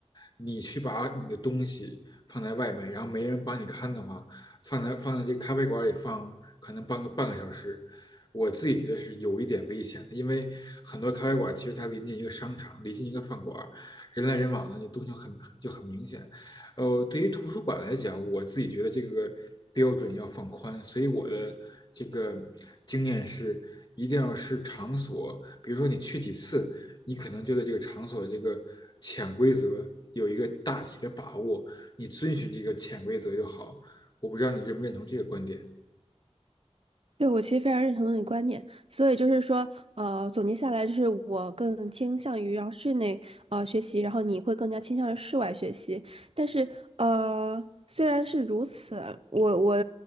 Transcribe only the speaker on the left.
你去把你的东西放在外面，然后没人帮你看的话，放在放在这咖啡馆里放，可能半个半个小时，我自己觉得是有一点危险的，因为很多咖啡馆其实它临近一个商场，临近一个饭馆人来人往的，你东西就很就很明显。呃，对于图书馆来讲，我自己觉得这个标准要放宽，所以我的这个经验是，一定要是场所，比如说你去几次，你可能就对这个场所这个潜规则有一个大体的把握，你遵循这个潜规则就好。我不知道你认不认同这个观点。